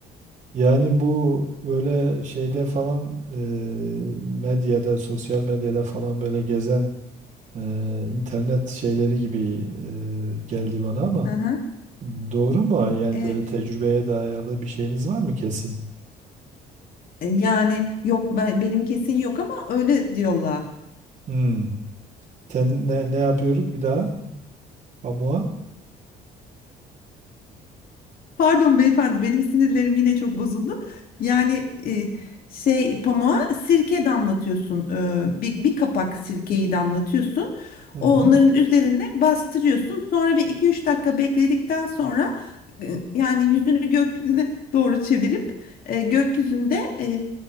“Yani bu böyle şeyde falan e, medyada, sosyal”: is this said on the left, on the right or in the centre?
Right